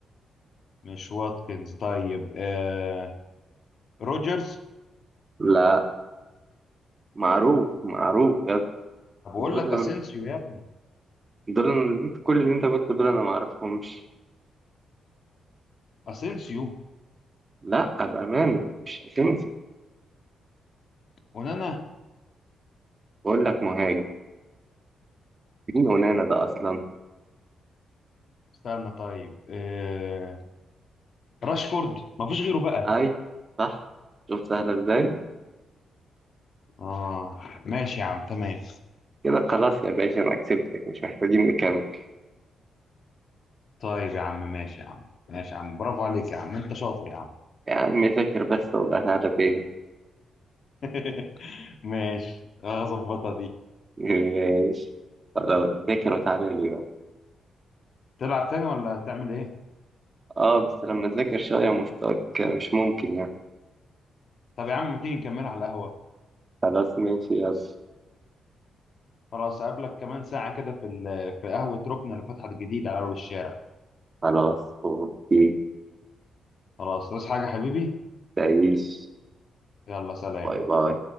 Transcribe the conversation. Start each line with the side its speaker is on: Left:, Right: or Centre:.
Left: مش واتكنز طيب آه روجرز
Right: لا معروف معروف بجد
Left: طب اقول
Right: دول
Left: لك اسينسيو يا ابني
Right: دول اللي انت- كل اللي انت قلته دول انا ما اعرفهمش
Left: اسينسيو
Right: لا بأمانة مش اسينسيو
Left: ونانا
Right: بقول لك مهاجم مين اونانا ده اصلا
Left: استنى طيب آه راشفورد ما فيش غيره بقى
Right: اي صح شوف سهله ازاي
Left: اه ماشي يا عم تمام
Right: كده خلاص يا باشا انا كسبتك مش محتاجين نكمل
Left: طيب يا عم ماشي يا عم ماشي يا عم برافو عليك يا عم انت شاطر يا عم
Right: يا عم ذاكر بس وابقى تعالى تاني
Left: <laughs> ماشي هظبطها دي
Right: ماشي خلاص ذاكر وتعالى لي بقى
Left: تلعب تاني ولا تعمل ايه؟
Right: اه بس لما تذاكر شويه مستواك مش ممكن يعني
Left: طب يا عم ما تيجي نكملها على القهوة
Right: خلاص ماشي يلا
Left: خلاص أقابلك كمان ساعة كده في ال- في قهوة ركن اللي فتحت جديد على أول الشارع
Right: خلاص اوكي
Left: خلاص عايز حاجة حبيبي؟
Right: تعيش
Left: يلا سلام
Right: باي باي